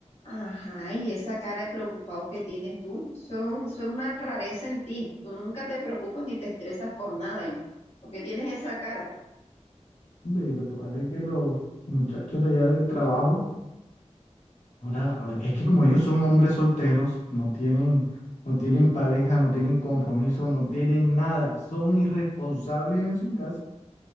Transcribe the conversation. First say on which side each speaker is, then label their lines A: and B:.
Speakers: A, on the left; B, on the left.
A: Ajá, y esa cara de preocupado que tienes tú, eso, eso es una rareza en ti. Tú nunca te preocupas ni te estresas por nada. ¿Y por qué tienes esa cara?
B: Ve, Lo que pasa es que los muchachos de allá del trabajo, ahora, a ver, es que como ellos son hombres solteros, no tienen, no tienen pareja, no tienen compromiso, no tienen nada, son irresponsables en su casa,